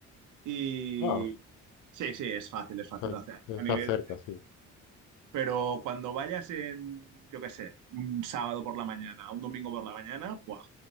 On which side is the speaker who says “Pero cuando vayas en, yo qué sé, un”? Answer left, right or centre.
Right